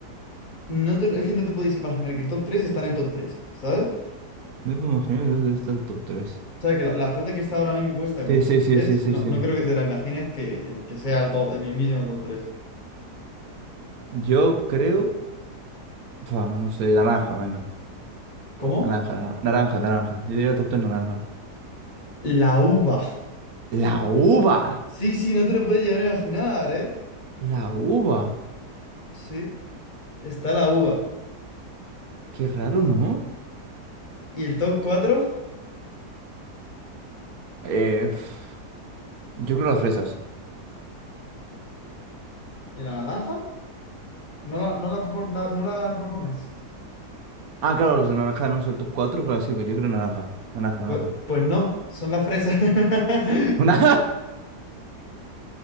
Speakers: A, on the left; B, on the right.
A: no te- es que no te podéis imaginar que el top 3 está en el top tres ¿sabes?
B: no puedo imaginar que dos de estas top 3?
A: O sea, que la, la fruta que está ahora mismo puesta como
B: Sí,
A: top
B: sí, sí,
A: 3
B: sí, sí,
A: no,
B: sí.
A: no creo que te la imagines que, que- que sea el, to- el mismísimo top tres
B: Yo creo... Fua, no sé, naranja, venga.
A: ¿Cómo?
B: Naranja, naranja, naranja, naranja. Yo diría top 3 naranja.
A: La uva.
B: La uva.
A: Sí, sí, no te lo puedes llegar a imaginar, ¿eh?
B: La uva.
A: Sí, está la uva.
B: Qué raro, ¿no?
A: ¿Y el top cuatro
B: Eh, pf, yo creo las fresas.
A: ¿Y la naranja? ¿No la, no la, propon- la- no la propones?
B: Ah, claro, los de naranja no es el top 4 claro, sí, pues yo creo naranja. Naranja, naranja.
A: Pues, pues no, son las fresas. <laughs>
B: Una-